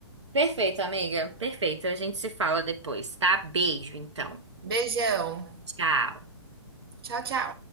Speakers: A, on the right; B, on the right.
A: Perfeito, amiga. Perfeito. A gente se fala depois, tá? Beijo, então.
B: Beijão.
A: Tchau.
B: Tchau, tchau.